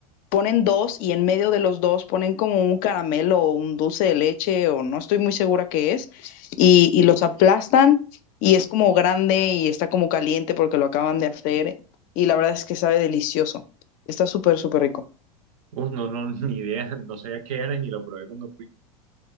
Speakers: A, on the left; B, on the right.
A: ponen dos, y en medio de los dos ponen como un caramelo o un dulce de leche, o no estoy muy segura qué es, y, y los aplastan, y es como grande y está como caliente porque lo acaban de hacer, y la verdad es que sabe delicioso, está súper, súper rico.
B: Uf, no, no, <laughs> ni idea, no sabía qué era y ni lo probé cuando fui.